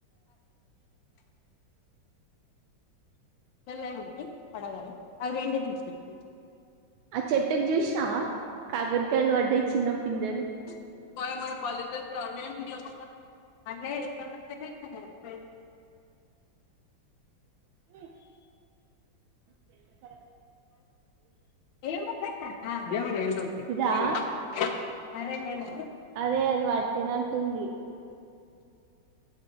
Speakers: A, on the left; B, on the right.
A: ఏలేదు కొనటం అవి రెండు తీసుకుని
B: ఆ చెట్టుకి చూసినావా కాగరకాయలు వడ్డయి చిన్న పిందేలు
A: <unintelligible> అదే ఇ
B: వచ్చి తెల్ల ప
A: ఏ <unintelligible>
B: ఇదా
A: పరేలేదూ
B: అదే అది వట్టినట్టుంది